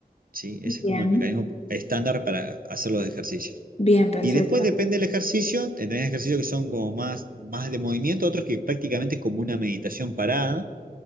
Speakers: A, on the right; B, on the left.
A: ¿sí? Ese
B: bien,
A: es como el mecanismo estándar para hacer los ejercicios.
B: bien, perfecto.
A: Y después depende del ejercicio, tenés ejercicios que son como más, más de movimiento, otros que prácticamente es como una meditación parada